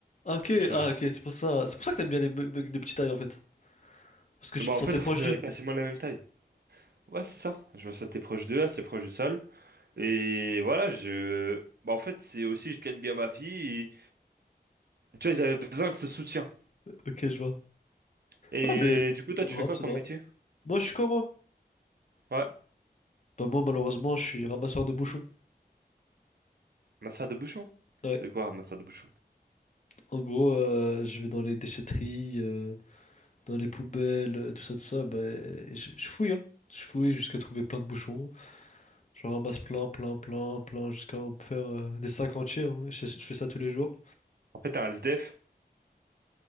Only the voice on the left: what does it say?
Ah, ok,
ah, ok, c'est pour ça. C'est pour ça que t'aimes bien les me- mecs de petite taille, en fait. Parce que tu
te
sentais
proche
d'eux.
Ok, je vois.
Non, mais
c'est honorable,
c'est
honorable.
Moi, je suis quoi, moi?
Bah, moi, malheureusement, je suis ramasseur de bouchons.
Ouais.
En gros, euh, je vais dans les déchetteries. euh, dans les poubelles, euh, tout ça, tout ça, bah, je je fouille, hein. Je fouille jusqu'à trouver plein de bouchons. J'en ramasse plein, plein, plein, plein, jusqu'à en faire euh, des sacs entiers. hein. Je, je fais ça tous les jours.